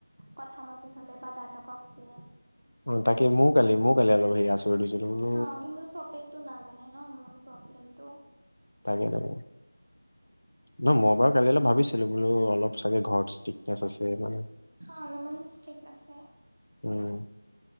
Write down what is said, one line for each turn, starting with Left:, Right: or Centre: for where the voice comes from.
Right: কথা মতে চলে বা দাদকক যে
Left: অ, তাকে মোৰ কালি মোৰ কালি অলপ হেৰি আচৰিত হৈছিলো।
Right: হা কিন্তু চবেইটো নাজানে ন মোৰ প্ৰব্লেমটো।
Left: তাকে-তাকে নহয় মই বাৰু কালি ভাবি ভাবিছিলো বোলো অলপ চাগে ঘৰত ষ্টিক আছে মানে
Right: অ অলপমান ষ্ট্ৰিক আছে
Left: উম,